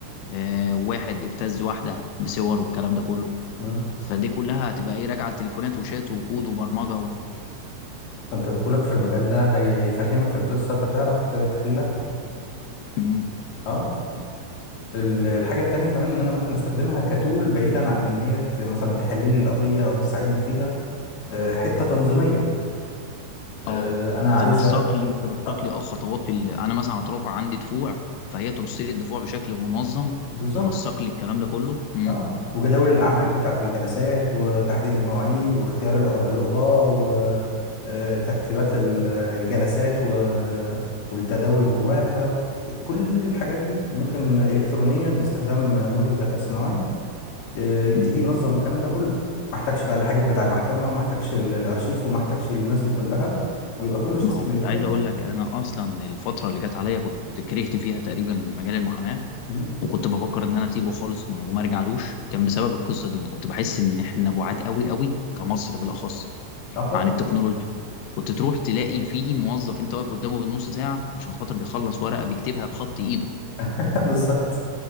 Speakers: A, on the left; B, on the left.
A: آه، واحد ابتز واحدة بصور والكلام ده كله
B: مم.
A: فدي كلها هتبقى ايه راجعة لتليفونات وشات وكود وبرمجة و...
B: فانت دخولك في المجال ده هي هيفهمك القصه فتعرف ت- تحلها
A: مم.
B: اه ال- الحاجة التانية كمان ان انا ممكن استخدمها كتول بعيدا عن ان هي ت- مثلا تحل لي القضية او تساعدني فيها آه، حتة تنظيمية آه،
A: اه
B: انا عايزة
A: تنسق لي تنسق
B: آه،
A: لي اه خطوات ال... انا مثلا هترافع عندي دفوع فهي ترسل لي الدفوع بشكل منظم
B: بالظبط
A: تنسق لي الكلام ده كله مم.
B: اه وجداول الاعمال بتاعة الجلسات وتحديد المواعيد واختيار الق- القضاة وترتيبات الجلسات و- والتداول جواها ك- كل الحاجات دي ممكن الكترونيا باستخدام موديل ذكاء صناعي آه، يبتدي
A: مم.
B: ينظم الكلام ده كله ما احتاجش بقى الحاجة بتاع المحكمة وما احتاجش ال- الارشيف وما احتاجش الناس دي كلها ويبقى كله سيستم
A: ما هو كنت
B: الكتروني
A: عايز اقول لك انا اصلا الفتره اللي جت عليا كنت كرهت فيها تقريبا مجال المحاماه
B: مم.
A: وكنت بفكر ان انا اسيبه خالص ما- وما ارجعلوش كان بسبب القصه دي إن كنت بحس ان احنا بعاد قوي قوي كمصر بالاخص
B: اه طبعا
A: عن التكنولوجيا كنت تروح تلاقي فيه موظف انت واقف قدامه بالنص ساعه عشان خاطر بيخلص ورقه بيكتبها بخط ايده
B: <laughs> بالظبط